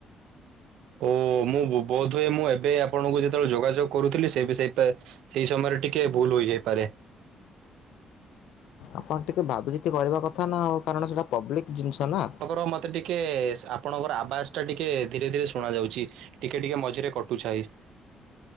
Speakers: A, on the right; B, on the left.
A: ଓ ମୁଁ ବୋଧହୁଏ ମୁଁ ଏବେ ଆପଣଙ୍କୁ ଯେତେବେଳେ ଯୋଗାଯୋଗ କରୁଥିଲି ସେ ସେଇ ସେଇ ସମୟରେ ଟିକେ ଭୁଲ ହୋଇଯାଇପାରେ।
B: ଆପଣ ଟିକେ ଭାବିଚ କରିବା କଥା ନା ହଉ କାରଣ ସେଇଟା ପବ୍ଲିକ ଜିନିଷ ନା।
A: ଆପଣଙ୍କର ମୋତେ ଟିକିଏ ଆପଣଙ୍କର ଆବାସଟା ଟିକିଏ ଧୀରେ ଧୀରେ ଶୁଣାଯାଉଛି। ଟିକେ ଟିକେ ମଝିରେ କଟୁ <unintelligible>